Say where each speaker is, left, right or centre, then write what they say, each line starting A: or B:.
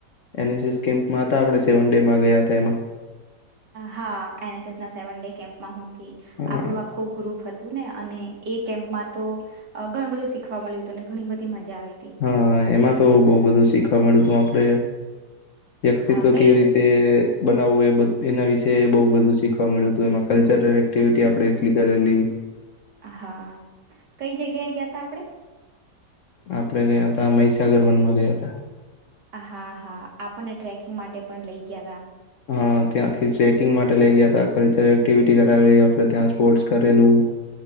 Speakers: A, on the left; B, on the right.
A: એ કેમ્માં હતા આપ સેવન ડેમાં ગયા હતા એમા
B: હા, એનએસએસ ના સેવન ડે કેમ્પમાં હું હતી
A: હા
B: આપડું આખું ગ્રુપ હતુ. ને અને એ કેમ્પમા, તો ઘણું બધું શીખવા મળ્યું હતું ઘણી બધી મજા આવી હતી.
A: હા એમાં તો બહ બધું શીખવા મળ્યું હત આપડે વ્યક્તિત્વ
B: હા કઈ
A: કેવી રીતે બનાવવું એ એના વિશે બહ બધું શીખવા મળ્યું હતું એમાં કલ્ર આપે એટલી કરેલી
B: હા કઈ જગ્યાએ ગયા ત આપડે
A: આપડે ગયા ત મહીસાગર વનમાં ગયા હતા
B: હા હા આપણને ટ્રેકિંગ માટે પણ લઈ ગયા તા
A: હા ત્યાંથી ટ્રેકિંગ માટે લઈ ગયા હતા કલ્ચરલ એક્ટિવિટી કરાવી આપડણે ત્યાં સ્પોર્ટ્સ કરેલું